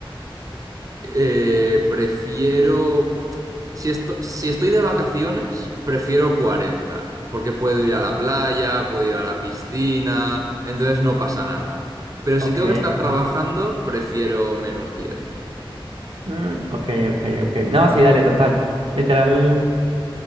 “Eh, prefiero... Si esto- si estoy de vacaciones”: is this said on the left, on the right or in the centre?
Right